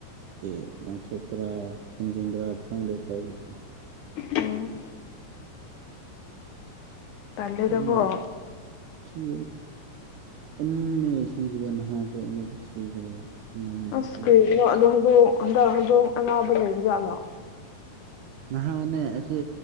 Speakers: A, on the right; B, on the left.
A: ꯁ ꯂꯪꯊꯣꯛꯄ꯭ꯔꯥ ꯐꯣꯝꯖꯤꯟꯕ꯭ꯔꯥ ꯈꯪꯗꯦ ꯇꯧꯈꯤꯕ
B: ꯎꯝ ꯇꯜꯂꯦꯗꯀꯣ
A: ꯌꯥꯝ ꯤ ꯑꯅꯤꯅꯦ ꯁꯤꯕ ꯅꯍꯥꯟꯁꯨ ꯑꯃꯗ ꯁꯤꯈ꯭ꯔꯦ ꯉꯟ
B: ꯑꯁ
A: ꯀꯩꯅꯣ
B: ꯀꯔꯤꯅꯣ
A: ꯇꯧꯋꯦ
B: ꯑꯗꯣ ꯍꯧꯗꯣ ꯍꯟꯗꯛ ꯍꯧꯗꯣꯡ ꯑꯅꯥꯕ ꯂꯩꯕꯖꯥꯠꯂꯣ
A: ꯅꯍꯥꯅꯦ ꯑꯁꯤ